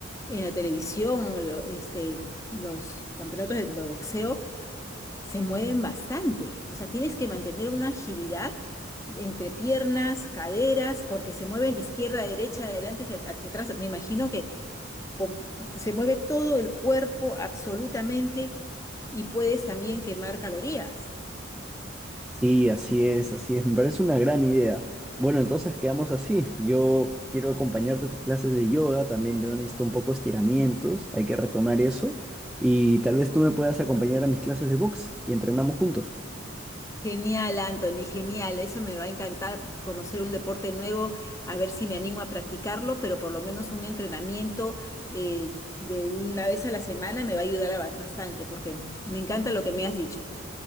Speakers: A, on the left; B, in the centre.
A: en la televisión, lo- este, los campeonatos de boxeo se mueven bastante. O sea, tienes que mantener una agilidad entre piernas, caderas, porque se mueven de izquierda a derecha, adelante hacia, hacia atrás. Me imagino que com- se mueve todo el cuerpo absolutamente y puedes también quemar calorías.
B: Sí, así es, así es. Me parece una gran idea. Bueno, entonces quedamos así. Yo quiero acompañarte a tus clases de yoga, también yo necesito un poco estiramientos, hay que retomar eso. Y tal vez tú me puedas acompañar a mis clases de box y entrenamos juntos.
A: Genial, Anthony, genial. Eso me va a encantar conocer un deporte nuevo, a ver si me animo a practicarlo, pero por lo menos un entrenamiento eh, de una vez a la semana me va a ayudar a ba- bastante porque me encanta lo que me has dicho.